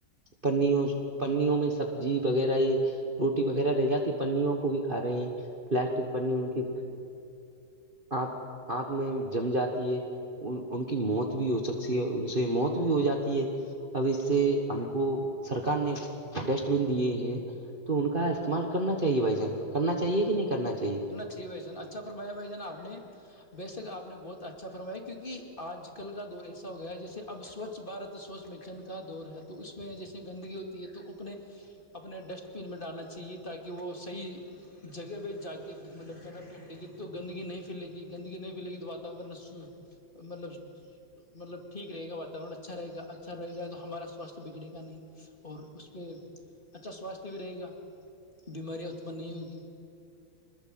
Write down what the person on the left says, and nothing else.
جی بھائی جان اچھا فرمایا بھائی جان اپ نے بےشک آپ نے بہت اچھا فرمایا کیونکہ آج کل کا دور ایسا ہو گیا جیسے اب سوچھ سوچھ بھت سوچھ مکشن کا دور ہے تو اس میں جیسے گندگی ہوتی ہے تو اپنے اپنے ڈسٹ بین میں ڈالنا چاہیے تاکہ وہ صحیح جگہ پہ جا یہ مطلب پیرا پکڑے گی تو گندگی نہیں پھیلے گندگی نہیں پھیلے گی تو واتاورن مطلب مطلب ٹھیک رہے گا واتاورن اچھا رہےا اچھا رہے گا تو ہمارا ساستھ بگڑھے گا نہیں اور اس پہے اچھا سواستھ بھی رہے گا بیماریاں اتپن نہیں ہوگی